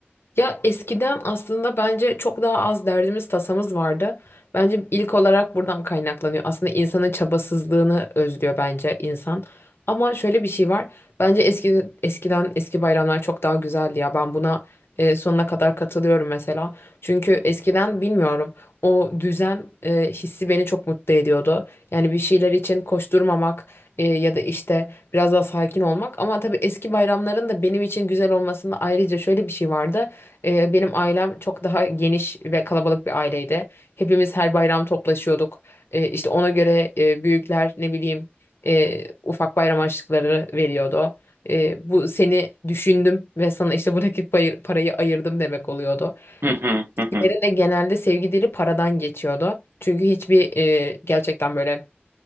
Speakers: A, on the left; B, on the right.
A: Ya eskiden aslında bence çok daha az derdimiz tasamız vardı. Bence ilk olarak buradan kaynaklanıyor. Aslında insanın çabasızlığını özlüyor bence insan. Ama şöyle bir şey var. Bence eski eskiden eski bayramlar çok daha güzeldi ya. Ben buna e, sonuna kadar katılıyorum mesela. Çünkü eskiden bilmiyorum o düzen e, hissi beni çok mutlu ediyordu. Yani bir şeyler için koşturmamak e, ya da işte biraz daha sakin olmak. Ama tabii eski bayramların da benim için güzel olmasında ayrıca şöyle bir şey vardı. Ee, benim ailem çok daha geniş ve kalabalık bir aileydi. Hepimiz her bayram toplaşıyorduk. Ee, işte ona göre e, büyükler ne bileyim e, ufak bayram harçlıkları veriyordu. Ee, bu seni düşündüm ve sana işte bu nakit payı- parayı ayırdım demek oluyordu.
B: Hı hı hı hı
A: Diğerinde genelde sevgi dili paradan geçiyordu. Çünkü hiçbir e, gerçekten böyle